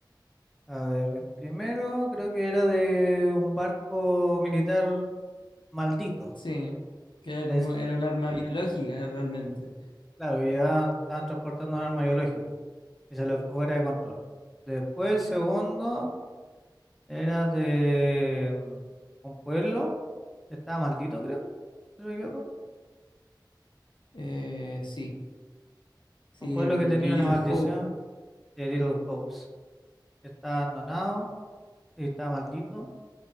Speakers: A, in the centre; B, on the left.
A: A ver, el primero creo que era de un barco militar maldito.
B: Sí, que era
A: Es,
B: como, era un arma biológica realmente.
A: claro, que llevaban- estaban transportando un arma biológica y se le fue fuera de control. Después el segundo... Era de mm, un pueblo que estaba maldito, creo, si no me equivoco.
B: Eh, sí. Sí,
A: Un pueblo
B: el,
A: que tenía
B: el
A: una
B: Little
A: Sí. maldición
B: Hope,
A: de Little Hopes. que Estaba abandonado y estaba maldito.